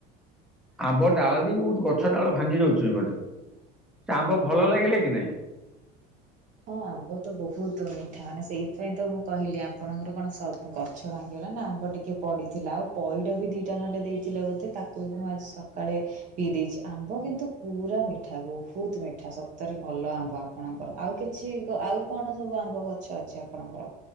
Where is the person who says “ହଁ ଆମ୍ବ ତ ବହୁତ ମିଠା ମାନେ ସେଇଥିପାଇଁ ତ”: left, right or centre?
Right